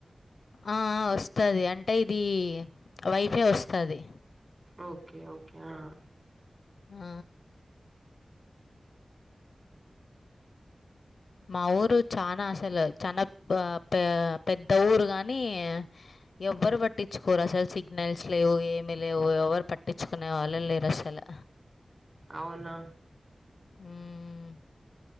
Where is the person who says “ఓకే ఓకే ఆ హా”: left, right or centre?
Right